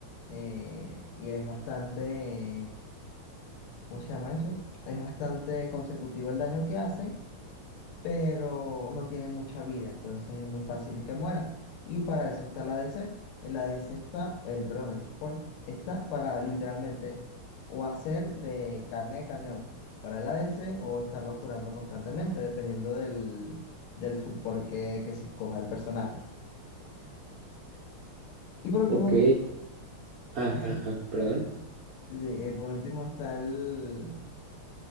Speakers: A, on the left (about 80°); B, on the right (about 85°).
A: eh, y es bastante, eh, ¿cómo se llama eso? Es bastante consecutivo el daño que hace pero no tiene mucha vida, entonces es muy fácil que mueran. Y para eso está el ADC. El ADC está, el, perdón, el support está para literalmente o hacer de carne de cañón para el ADC o estarlo curando constantemente, dependiendo del, del support que, que se escoja el personaje. Y por último,
B: Ok. Ah,
A: <laughs> sí,
B: ajá, perdón.
A: eh, por último está El